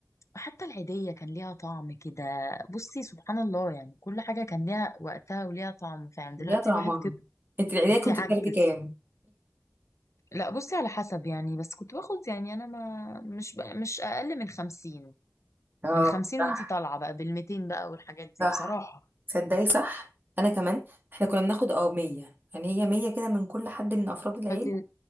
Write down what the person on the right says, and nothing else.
ليها
طعمها
انت العيدية
كنت
بتاخدي كام
اه
صح
صح
تصدقي صح انا كمان احنا كنا بناخد اه 100 يعني هي 100 كده من كل حد من افراد العيله